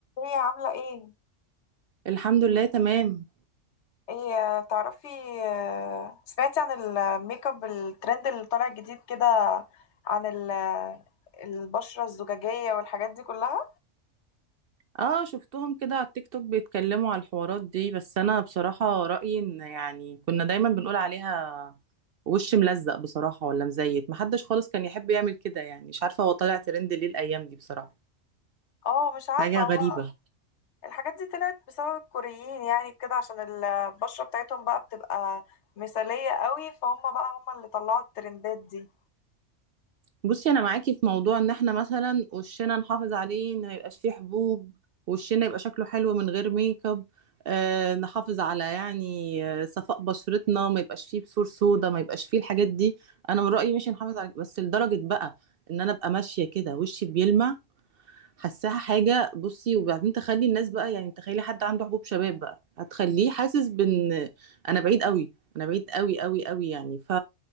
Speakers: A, on the left; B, on the right.
A: ايه عاملة ايه؟
B: الحمد لله تمام
A: ايه تعرفي آه، سمعتي عن الميك اب الترند اللي طالع جديد كده عن ال- البشرة الزجاجية والحاجات دي كلها؟
B: اه شفتهم كده على التيك توك بيتكلموا على الحوارات دي بس انا بصراحة رأيي ان يعني كنا دايما بنقول عليها وش ملزق بصراحة ولا مزيت محدش خالص كان يحب يعمل كده يعني مش عارفة هو طالع ترند ليه الايام دي بصراحة
A: اه مش عارفة
B: حاجة
A: هو
B: غريبة
A: الحاجات دي طلعت بسبب الكوريين يعني كده عشان البشرة بتاعتهم بقى بتبقى مثالية قوي فهم بقى هم اللي طلعوا الترندات دي
B: بصي انا معاكي في موضوع ان احنا مثلا وشنا نحافظ عليه ان ما يبقاش فيه حبوب وشنا يبقى شكله حلو من غير ميك اب آه نحافظ على يعني آه، صفاء بشرتنا ما يبقاش فيه بثور سودا ما يبقاش فيه الحاجات دي انا من رأيي مش نحافظ على بس لدرجة بقى ان انا ابقى ماشية كده وشي بيلمع حاساها حاجة بصي وبعدين تخلي الناس بقى يعني تخيلي حد عنده حبوب شباب بقى هتخليه حاسس بان انا بعيد قوي انا بعيد قوي قوي قوي يعني ف